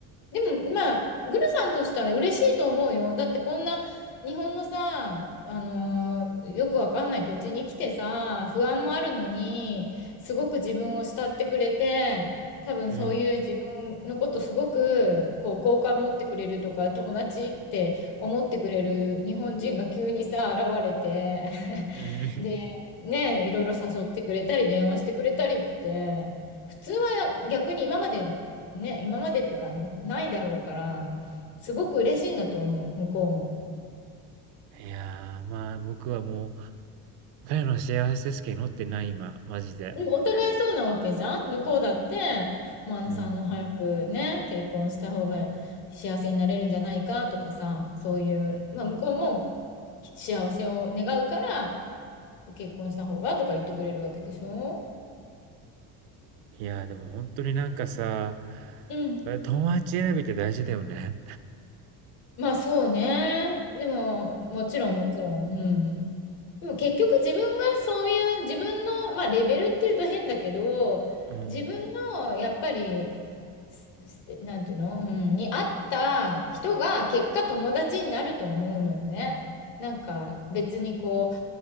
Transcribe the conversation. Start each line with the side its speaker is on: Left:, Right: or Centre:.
Left: でも、まあ、グルさんとしたら嬉しいと思うよ。だってこんな日本のさ、あのーよくわかんない土地に来てさ、不安もあるのに、すごく自分を慕ってくれて、多分そういう自分のことすごくこう好感持ってくれるとか、
Right: うん。
Left: 友達って思ってくれる日本人が急にさ、現れて、<laughs>
Right: うん。
Left: で、ね、いろいろ誘ってくれたり、電話してくれたりって、普通は逆に今までね、今までっていうか、ないだろうから、すごく嬉しいんだと思う、向こうも。
Right: いやー、まあ、僕はもう、彼の幸せですけど祈ってない、今、マジで。
Left: でもお互いそうなわけじゃん向こうだって、もうあのさんの早くね、
Right: うん。
Left: 結婚した方が幸せになれるんじゃないかとかさ、そういう、
Right: うん。
Left: まあ向こうも幸せを願うから、こう結婚した方がとか言ってくれるわけでしょ
Right: いやー、でも本当になんかさ、
Left: うん。
Right: 友達選びって大事だよね。
Left: まあそうね。でも、もちろんもちろん。うん。でも結局自分がそういう自分の、まあ、レベルっていうと変だけど自分のやっぱり
Right: うん。
Left: すすなんていうの、うん、に合った人が結果友達になると思うのよね。なんか別にこう